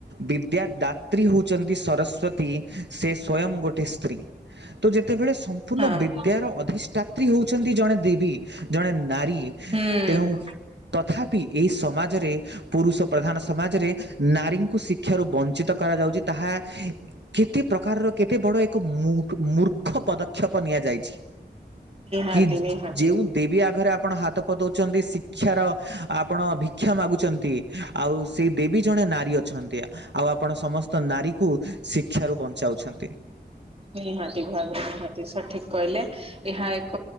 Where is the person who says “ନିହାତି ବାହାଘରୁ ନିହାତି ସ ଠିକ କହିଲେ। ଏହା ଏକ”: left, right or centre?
Right